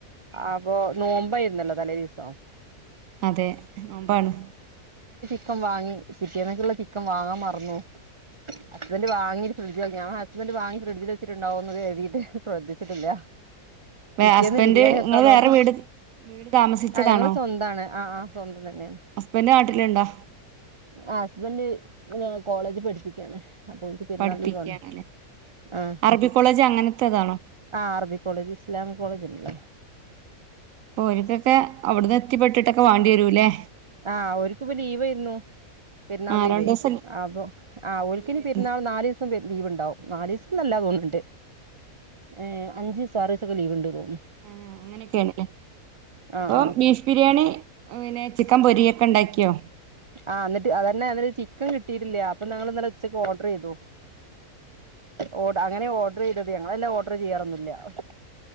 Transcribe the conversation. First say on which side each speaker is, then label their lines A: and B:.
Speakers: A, on the right; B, on the right.
A: അപ്പൊ നോമ്പായിരുന്നല്ലോ തലേ ദീസം
B: അതെ നോമ്പാണ്
A: ക്കം വാങ്ങി പിറ്റേന്നക്ക്ള്ള ചിക്കൻ വാങ്ങാൻ മറന്നു ഹസ്ബന്റ് വാങ്ങീ ഫ്രഡ്ജിവെ ഞാൻ ഹ സ്ബന്റ് വാങ്ങി ഫ്രിഡ്ജില് വെച്ചിട്ടുണ്ടാവന്ന് കരുതിയിട്ട് ശ്രദ്ധിച്ചിട്ടില്ല
B: വേ
A: പിറ്റേന്ന്
B: ഹസ്ബൻഡ്
A: ബിരിയാണി വെക്കാ
B: ഇങ്ങള്
A: നോക്ക്
B: വേറെ വീട് വീട് താമസിച്ചതാണോ
A: ആ ഞങ്ങള് സ്വന്താണ് ആ ആ സ്വന്തം തന്നെയാണ്
B: ഹസ്ബൻഡ് നാട്ടിലുണ്ടോ
A: ആ ഹസ്ബൻഡ് കോളജ് പഠിപ്പി ക്കാണ് അപ്പോൽക്ക് പെരുന്നാൾ
B: പഠിപ്പിക്കാണല്ലേ
A: ലീവാണ് ആ
B: അറബി കോളേജ് അങ്ങനത്തെതാണോ
A: ആ അറബി കോളേജ് ഇസ്ലാമിക് കോളേജ്ല്ലോ
B: പ്പോര്ക്കൊക്കെ അവിട്ന്ന് എത്തിപ്പെട്ടിട്ടൊക്കെ വാണ്ട്യരൂല്ലേ
A: ആ ഒര്ക്ക്പ്പ ലീവായ്ര്ന്നു പെരുന്നാൾ
B: ആ
A: ലീവേ
B: രണ്ടൂസം
A: അപ്പൊ ആ ഓൽക്കിനി
B: ലീവായിരുന്നു
A: പെരുന്നാൾ നാലീസം പെ ലീവ് ണ്ടാവും നാലീസൊന്നല്ല തോന്ന്ണ്ട് ഏ അഞ്ചീസോ ആറീസൊക്കെ ലീവ് ഇണ്ട് തോ
B: ആ അങ്ങനെയൊക്കെയണല്ലേ
A: ആഹ്
B: അപ്പൊ
A: ആഹ്
B: ബീഫ് ബിരിയാണി പിന്നെ ചിക്കൻ പൊരി ക്കെണ്ടാക്കിയോ
A: ആ ന്നി്ട്ട് അതന്നെ അന്നട്ട് ചിക്കൻ കിട്ടീട്ടില്ല്യ അപ്പൊ ഞങ്ങള് ഇന്നലെ ഉച്ചക്ക് ഓർഡറെയ്തു ഓ അങ്ങനെ ഓർഡർ ചെയ്ത ഞങ്ങള് വെല്ലാ ഓർഡറ് ചെയ്യാറൊന്നില്ല ആർക്